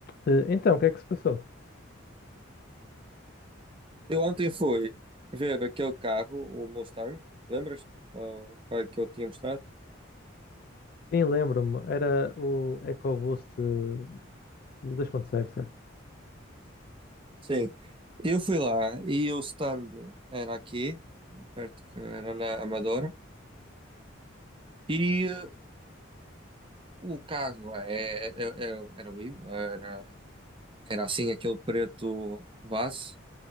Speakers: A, on the left; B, on the right.
A: Eh, Então, o que é que se passou?
B: Eu ontem fui ver aquele carro, o Mustang, lembras? Oh, qual é que eu tinha mostrado?
A: Sim, lembro-me. Era o EcoBoost eh, 2.0, certo?
B: Sim. Eu fui lá e o stand era aqui, perto que era na Amadora, e eh, o carro é, é- é- é, era lindo, era, era assim aquele preto base,